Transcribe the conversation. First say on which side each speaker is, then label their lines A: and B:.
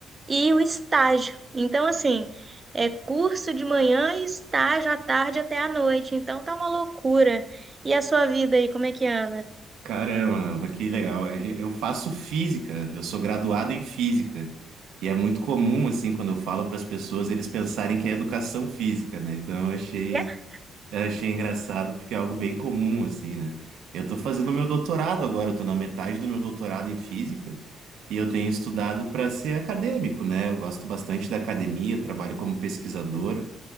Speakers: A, on the right; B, on the right.
A: e o estágio. Então, assim, é curso de manhã e estágio à tarde até à noite. Então tá uma loucura. E a sua vida aí, como é que anda?
B: Caramba, que legal. A gen- Eu faço física, eu sou graduado em física. E é muito comum, assim, quando eu falo para as pessoas, eles pensarem que é educação física, né? Então eu achei
A: É.
B: Eu achei engraçado porque é algo bem comum, assim, né? Eu tô fazendo meu doutorado agora, eu tô na metade do meu doutorado em física e eu tenho estudado para ser acadêmico, né? Eu gosto bastante da academia, eu trabalho como pesquisador,